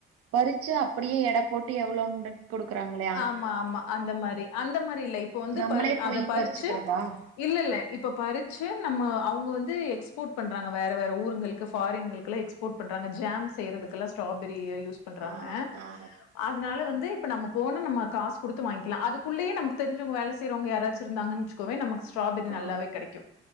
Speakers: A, on the right; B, on the left.
A: பறிச்சு அப்டியே எட போட்டு எவ்ளோன்று குடுக்றாங்ள
B: ஆம்மா ஆம்மா அந்த மாரி அந்த மாரி இல்ல இப்போ வந்து
A: நம்மளே
B: பரு
A: போய்
B: அத பறிச்சு
A: பறிச்சுக்கிறதா
B: இல்லல்ல இப்ப பறிச்சு நம்ம அவுங்க வந்து எக்ஸ்போர்ட் பண்றாங்க வேற வேற ஊருங்களுக்கு ஃபாரின்களுக்கு எக் போட் பண்றாங்க ஜேம் செய்றதுக்கெல்லா ஸ்டாராபெரிய யூஸ் பண்றாங்க
A: ஆ ஆ
B: அதனால வந்து இப்ப நம்ம போன நம்ம காசு குடுத்து வாங்க்கிலா அதுக்குள்ளேயே நம்க்கு தெரிஞ்சவங்க வேல செய்றவங்க யாராச்சு இருந்தாங்கன்ச்சு க்குவே நமக்கு ஸ்டாராபெரி
A: ஆ
B: நல்லாவே கெடைக்கு